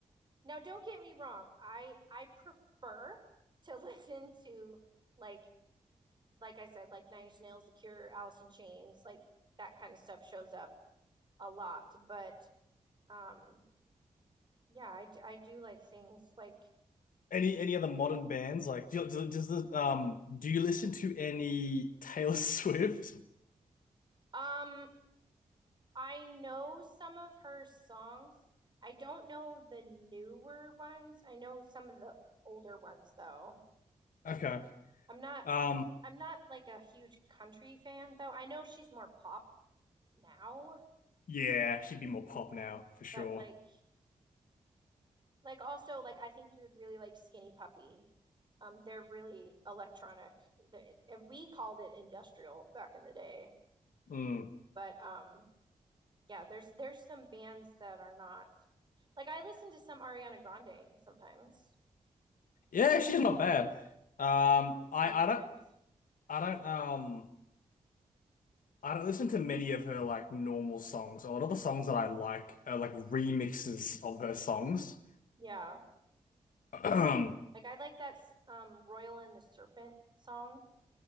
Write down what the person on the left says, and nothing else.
any any other modern bands like do, you- do does the um do you listen to any Taylor <laughs> Swift?
Okay.
Um
yeah, she'd be more pop now for sure.
Mm.
Yeah,
she's not bad. Um,
I I don't I don't um I don't listen to many of her like normal songs. A lot of the songs that I like are like remixes of her songs.
<clears throat> Haven't